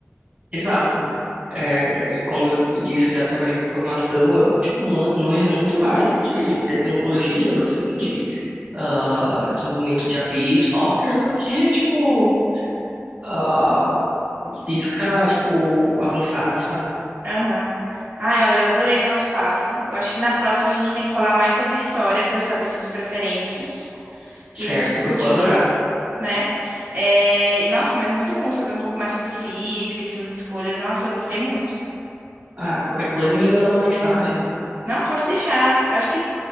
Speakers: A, on the right (about 30°); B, on the right (about 50°).
A: exato. É, como eu disse, eu já trabalhei com programação, eu, tipo, man- manjo muito mais de tecnologias, assim, de ah, desenvolvimento de API, softwares, do que, tipo, ah, física, tipo, avançada, sabe?
B: Aham. Ai, olha, eu adorei nosso papo. Eu acho que na próxima a gente tem que falar mais sobre história pra eu saber suas preferências.
A: Certo,
B: e a gente discutir
A: eu vou adorar.
B: um pouco, né? É, e nossa, mas muito bom saber um pouco mais sobre física e suas escolhas. Nossa, eu gostei muito.
A: Ah, qualquer coisa me manda uma mensagem.
B: Não, pode deixar. Acho que